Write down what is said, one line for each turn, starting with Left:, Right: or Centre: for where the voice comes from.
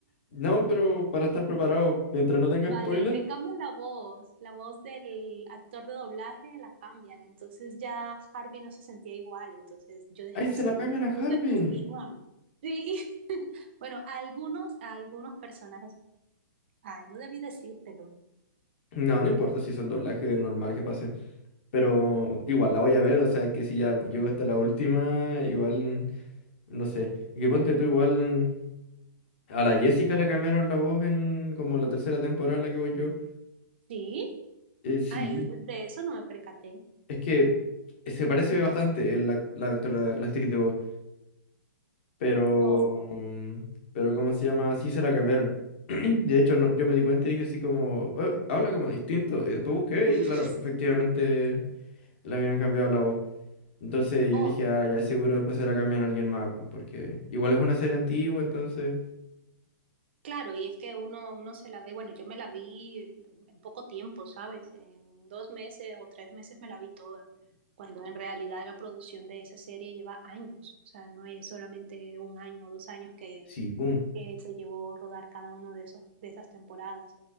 Left: No, pero para estar preparado, mientras no tenga
Right: Vale,
Left: spoiler.
Right: le cambian la voz, la voz del actor de doblaje la cambian, entonces ya Harvey no se sentía igual, entonces yo dejé
Left: ¡Ay,
Right: la
Left: se
Right: serie,
Left: la cambian
Right: no
Left: a
Right: pude
Left: Harvey!
Right: continuar. Sí, <laughs> bueno, a algunos, a algunos personajes, ay, no debí decírtelo.
Left: No, no importa si son doblajes normal que pase. Pero igual
Right: Vale,
Left: la voy a ver, o sea que si ya llegó hasta la última, igual, no sé. Y que ponte tú igual. A la Jessica le cambiaron la voz en como la tercera temporada en la que voy yo.
Right: sí,
Left: Eh, sí.
Right: ay, de eso no me percaté.
Left: Es que se parece bastante el ac- la, actora- la actriz de voz. Pero,
Right: Ok,
Left: mm, pero ¿cómo se llama? Sí se la cambiaron. <clears throat> Y de hecho, no- yo me di cuenta y dije así como, "Eh, habla como distinto. Y después busqué
Right: <laughs>
Left: y claro, efectivamente le habían cambiado la voz. Entonces
Right: ok,
Left: yo dije, ah, ya seguro después se la cambian a alguien más, pues, porque igual es una serie antigua, entonces...
Right: Claro, y es que uno, uno se la ve, bueno, yo me la vi en poco tiempo, ¿sabes? En dos meses o tres meses me la vi toda, cuando en realidad la producción de esa serie lleva años, o sea, no es solamente un año o dos años que,
Left: Sí, pum.
Right: que se llevó rodar cada uno de esos, de esas temporadas.